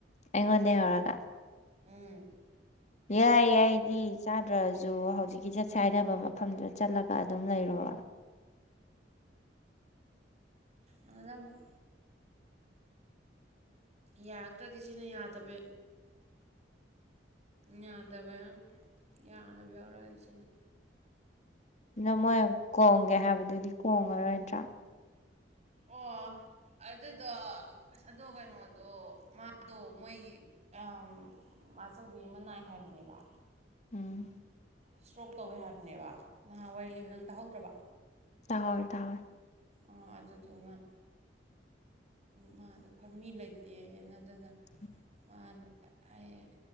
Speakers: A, on the left (about 40°); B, on the right (about 40°).
A: ꯑꯩꯉꯣꯟꯗꯩ ꯍꯧꯔꯒ
B: ꯎꯝ
A: ꯌꯥꯏ ꯑꯩꯗꯤ ꯆꯥꯗ꯭ꯔꯥꯖꯨ ꯍꯧꯖꯤꯛꯀꯤ ꯆꯠꯁꯦ ꯍꯥꯏꯅꯕ ꯃꯐꯝꯗꯨꯗ ꯆꯠꯂꯒ ꯑꯗꯨꯝ ꯂꯩꯔꯨꯕ
B: ꯑꯗꯨꯗ ꯃꯨꯛ ꯌꯥꯔꯛꯇ꯭ꯔꯥꯗꯤ ꯁꯤꯅ ꯌꯥꯗꯕ ꯌꯥꯗꯕ ꯌꯥ ꯌꯥꯗꯕ ꯌꯥꯎꯔꯛꯑꯗꯤ ꯁꯤꯅꯤ
A: ꯑꯗꯨ ꯃꯣꯏ ꯀꯣꯡꯒꯦ ꯍꯥꯏꯕꯗꯨꯗꯤ ꯀꯣꯡꯉꯔꯣꯏꯗ꯭ꯔꯣ
B: ꯑꯣ ꯑꯗꯨꯗꯣ ꯑꯗꯣ ꯀꯩꯅꯣꯗꯣ ꯃꯥꯗꯣ ꯃꯣꯏꯒꯤ ꯑꯥ ꯃꯆꯧꯕꯤ ꯑꯃ ꯅꯥꯏ ꯍꯥꯏꯕꯅꯦꯕ
A: ꯎꯝ
B: ꯏꯁꯇ꯭ꯔꯣꯛ ꯇꯧꯋꯦ ꯍꯥꯏꯕꯅꯦꯕ ꯅꯍꯥꯟ ꯋꯥꯔꯤ ꯂꯤꯕꯗꯣ ꯅꯪ ꯇꯥꯍꯧꯗ꯭ꯔꯥꯕꯣ
A: ꯍꯣꯏ ꯇꯍꯧꯋꯦ
B: ꯑ ꯑꯗꯨꯗꯨꯅ ꯃꯥꯗꯣ ꯃꯤ ꯂꯩꯇꯦ ꯑꯗꯨꯅ
A: <inaudible>
B: ꯃꯥꯅ ꯑ ꯑꯩ